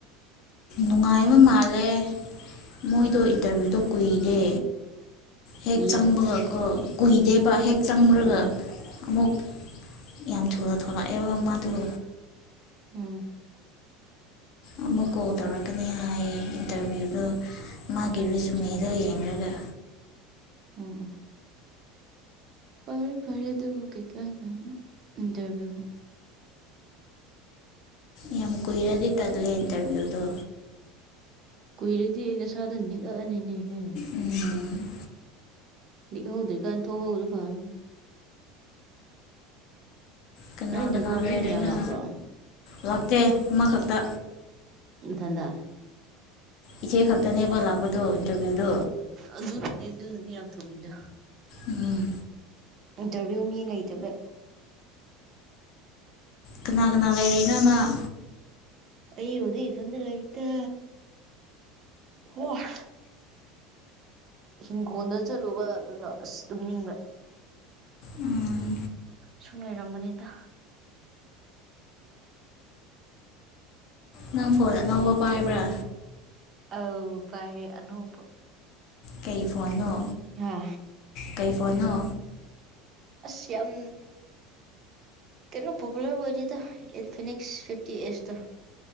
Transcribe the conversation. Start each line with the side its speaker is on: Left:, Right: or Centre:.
Left: ꯅꯨꯡꯉꯥꯏꯕ ꯃꯥꯜꯂꯦ ꯃꯣꯏꯗꯣ ꯏꯟꯇꯔꯚꯤꯌꯨꯗꯣ ꯀꯨꯏꯔꯦ ꯍꯦꯛ
Right: ꯀꯨꯏꯌꯦ
Left: ꯆꯪꯕꯥꯒꯀ ꯀꯨꯏꯗꯦꯕꯥ ꯍꯦꯛ ꯆꯪꯉꯨꯔꯒꯥ
Right: ꯑꯣ ꯑꯣ
Left: ꯑꯃꯨꯛ ꯌꯥꯝ ꯊꯨꯅ ꯊꯣꯛꯂꯛꯑꯦꯕ ꯃꯥꯗꯨ
Right: ꯎꯝ
Left: ꯑꯃꯨꯛ ꯀꯣꯜ ꯇꯧꯔꯛꯀꯅꯤ ꯍꯥꯏꯌꯦ ꯏꯟꯇꯔꯚꯤꯌꯨꯗꯣ ꯃꯥꯒꯤ
Right: ꯑꯠꯆꯥ
Left: ꯔꯨꯖꯨꯃꯤꯗꯣ
Right: ꯑꯠꯆꯥ
Left: ꯌꯦꯡꯂꯒꯥ
Right: ꯎꯝ ꯎꯝ ꯐꯔꯦ ꯐꯔꯦ ꯑꯗꯨ ꯀꯩꯀꯩꯏ ꯏꯟꯇꯔꯚꯤꯌꯨ
Left: ꯌꯥꯝ ꯀꯨꯏꯔꯗꯤ ꯇꯜꯂꯦ ꯏꯟꯇꯔꯚ꯭ꯌꯨꯗꯣ
Right: ꯀꯨꯏꯔ꯭ꯗꯤ ꯅꯥꯁꯥꯗꯨ ꯅꯤꯛ ꯑꯥꯅꯤꯅꯦ ꯍꯦ
Left: ꯎꯝ
Right: ꯅꯤꯀꯍꯧꯗꯔ꯭ꯤ ꯀꯥꯟ ꯊꯣꯛ ꯍꯧꯕꯅꯥ ꯐꯔꯥꯅꯤ
Left: ꯀꯅꯥ
Right: ꯅꯣꯏ ꯏꯟꯇꯔꯚꯤꯌꯨ
Left: ꯀꯅꯥ
Right: ꯃꯤ
Left: ꯂꯩꯔꯤꯅꯣ
Right: ꯃꯌꯥꯝ ꯂꯥꯛꯄ꯭ꯔꯣ
Left: ꯂꯥꯛꯇꯦ ꯑꯃꯈꯛꯇ
Right: ꯏ ꯃꯊꯟꯇ
Left: ꯏꯆꯦ ꯈꯛꯇꯅꯦꯕ ꯂꯥꯛꯄꯗꯨ ꯏꯟꯇꯦꯔꯤꯕꯤ
Right: ꯑꯗꯨ ꯅꯥꯅꯦ ꯑꯗꯨꯅꯥꯅꯦ ꯌꯥꯝ ꯊꯨꯔꯤꯗꯣ
Left: ꯎꯝ
Right: ꯏꯟꯇꯔꯚꯤꯌꯨ ꯃꯤ ꯂꯩꯇꯕꯩ
Left: ꯀꯅꯥ ꯀꯅꯥ ꯂꯩꯔꯤꯅꯣ ꯅꯪ
Right: ꯑꯩꯕꯨꯗꯩ ꯏꯊꯟꯇ ꯂꯩꯗ ꯍꯣꯏ ꯏꯤꯡꯈꯣꯜꯗ ꯆꯠꯂꯨꯕ ꯑꯗꯨꯒꯥ ꯑꯁ ꯇꯨꯝꯅꯤꯡꯕ
Left: ꯎꯝ
Right: ꯁꯨꯝ ꯂꯩꯔꯝꯕꯅꯤꯗ
Left: ꯅꯪ ꯐꯣꯟ ꯑꯅꯧꯕ ꯄꯥꯏꯕ꯭ꯔꯥ
Right: ꯑ ꯐꯥꯏꯌꯦ ꯑꯅꯧꯕ
Left: ꯀꯩ ꯐꯣꯟꯅꯣ
Right: ꯍꯥ
Left: ꯀꯩ ꯐ ꯐꯅ
Right: ꯑꯁ ꯌꯥꯝ ꯀꯩꯅꯣ ꯄꯣꯄꯨꯂꯔ ꯑꯣꯏꯔꯤꯗ ꯏꯟꯐꯅꯤꯛꯁ ꯐꯤꯐꯇꯤ ꯑꯦꯖꯇ